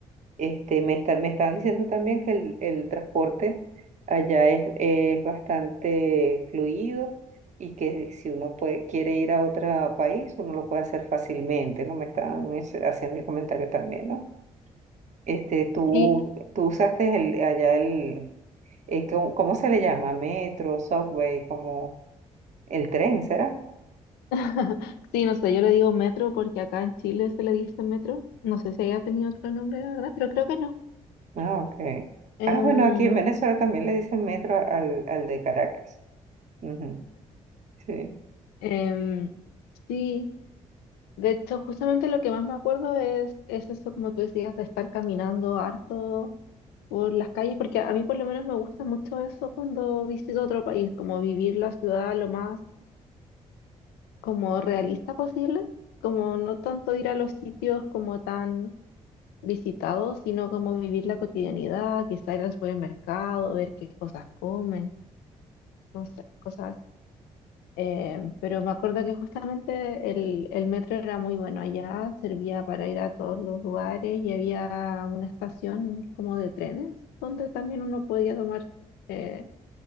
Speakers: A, on the right; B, on the left.
A: Este, me está- me estaban diciendo también que el, el transporte allá es, es bastante fluido y que si uno puede, quiere ir a otro país, uno lo puede hacer fácilmente, ¿no? Me estaban es- haciendo el comentario también, ¿no? Este, tú,
B: Y
A: tú usaste el, allá el, eh, ¿cómo, cómo se le llama? Metro, subway, como el tren, ¿será?
B: <laughs> sí, no sé, yo le digo metro porque acá en Chile se le dice metro. No sé si haya tenido otro nombre, la verdad, pero creo que no.
A: Ah, ok.
B: Em,
A: Ah, bueno, aquí en Venezuela también le dicen metro al, al de Caracas. Ujú, Sí.
B: em, sí, de hecho, justamente lo que más me acuerdo es, es eso, como tú decías, de estar caminando harto por las calles, porque a mí por lo menos me gusta mucho eso cuando visito otro país, como vivir la ciudad lo más como realista posible, como no tanto ir a los sitios como tan visitados, sino como vivir la cotidianidad, quizá ir al supermercado, ver qué cosas comen, no sé, cosas. así. Eh, pero me acuerdo que justamente el, el metro era muy bueno allá, servía para ir a todos los lugares y había una estación como de trenes donde también uno podía tomar... eh,